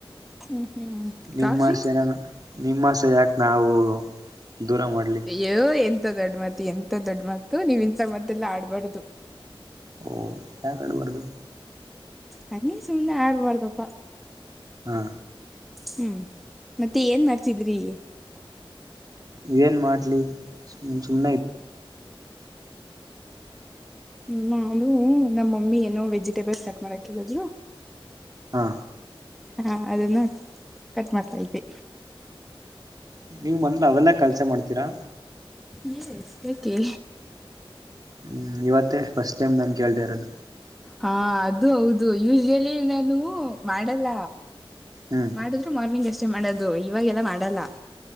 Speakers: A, in the centre; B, on the right (about 40°).
A: ಹ್ಮ್ ಹ್ಮ್
B: ನಿಮ್ಮಾಸೆನ
A: ಕಾಫಿ
B: ನಿಮ್ಮಾಸೆ ಯಾಕ್ ನಾವು ದೂರ ಮಾಡಲಿ.
A: ಯೋ ಎಂತ ದೊಡ್ಡ ಮಾತ್ ಎಂತ ದೊಡ್ಡ ಮಾತು ನೀವ್ ಇಂತ ಮಾತ್ತೆಲ್ಲ ಆಡ್ಬಾರ್ದು.
B: ಓ ಯಾಕಾಡುಬಾರ್ದು.
A: ಹಂಗೆ ಸುಮ್ನೆ ಆಡ್ಬಾರ್ದಪ್ಪ.
B: ಹಾ
A: ಹ್ಮ್ ಮತ್ತೆ ಏನ್ ಮಾಡ್ತಿದ್ರಿ.
B: ಏನ್ ಮಾಡ್ಲಿ ಸುಮ್ ಸುಮ್
A: ಹ್ಮ್ ನಾನೂ ನಮ್ಮ್ ಮಮ್ಮಿ ಏನೋ ವೆಜಿಟೇಬಲ್ಸ್ ಕಟ್ ಮಾಡಾಕೇಳದ್ರು.
B: ಹಾ
A: ಹಾ ಅದನ್ನ ಕಟ್ ಮಾಡ್ತಾ ಇದಿ.
B: ನೀವ್ ಮನ್ಲಿ ಅವೆಲ್ಲಾ ಕೆಲ್ಸ ಮಾಡ್ತೀರಾ.
A: ಯೇಸ್ ಯಕೆ.
B: ಹ್ಮ್ ಇವತ್ತೆ ಫಸ್ಟ್ ಟೈಮ್ ನಾನ್ ಕೇಳ್ತ ಇರೋದು.
A: ಹಾ ಅದು ಹೌದು ಯೂಶಲಿ ನಾನೂ ಮಾಡಲ್ಲ.
B: ಹ್ಮ್
A: ಮಾಡುದ್ರು ಮಾರ್ನಿಂಗ್ ಅಷ್ಟೇ ಮಾಡೋದು ಇವಾಗೆಲ್ಲಾ ಮಾಡಲ್ಲ.